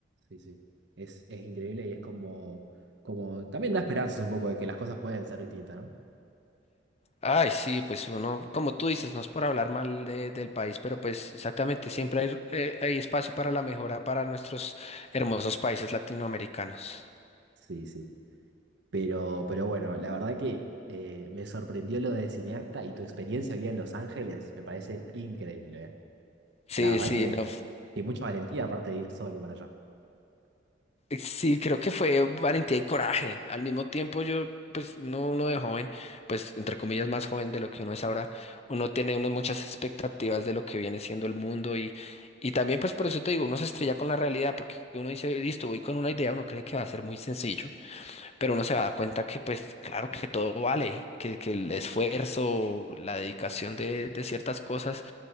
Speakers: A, on the right; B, on the left.
A: Sí, sí. Es, es increíble y es como, como, también da esperanzas un poco de que las cosas pueden ser distintas, ¿no?
B: Ay, sí, pues uno, como tú dices, no es por hablar mal de- del país, pero pues exactamente, siempre hay, eh, hay espacio para la mejora para nuestros hermosos países latinoamericanos.
A: Sí, sí. Pero, pero bueno, la verdad que eh, me sorprendió lo de cineasta y tu experiencia aquí en Los Ángeles me parece increíble, ¿eh?
B: Sí,
A: La verdad
B: sí,
A: que,
B: no.
A: que mucha valentía aparte de ir solo para allá.
B: Sí, creo que fue valentía y coraje. Al mismo tiempo, yo, pues, no, uno uno de joven, pues, entre comillas, más joven de lo que uno es ahora, uno tiene unas muchas expectativas de lo que viene siendo el mundo y, y también, pues, por eso te digo, uno se estrella con la realidad porque uno dice, listo, voy con una idea, uno cree que va a ser muy sencillo, pero uno se va a dar cuenta que, pues, claro que todo vale, que, que el esfuerzo, la dedicación de, de ciertas cosas